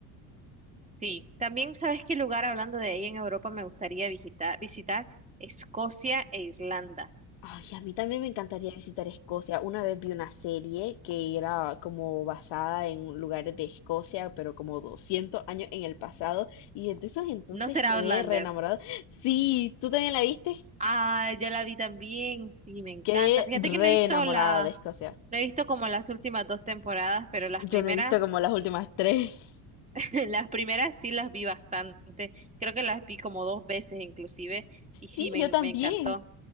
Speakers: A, on the right; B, on the left.
A: Sí, también sabes qué lugar hablando de ahí en Europa me gustaría visitar, visitar Escocia e Irlanda.
B: Ay, a mí también me encantaría visitar Escocia. Una vez vi una serie que era como basada en lugares de Escocia, pero como 200 años en el pasado. Y desde esos entonces
A: No será
B: quedé
A: Outlander.
B: re enamorada. Sí, ¿tú también la viste?
A: Ah, yo la vi también, sí, me encanta.
B: Quedé
A: Fíjate
B: re
A: que no he visto
B: enamorada
A: la
B: de Escocia.
A: No he visto como las últimas dos temporadas, pero las
B: Yo
A: primeras,
B: no he visto como las últimas tres.
A: <laughs> las primeras sí las vi bastante. Creo que las vi como dos veces inclusive y sí,
B: Sí,
A: me,
B: yo
A: en-
B: también.
A: me encantó.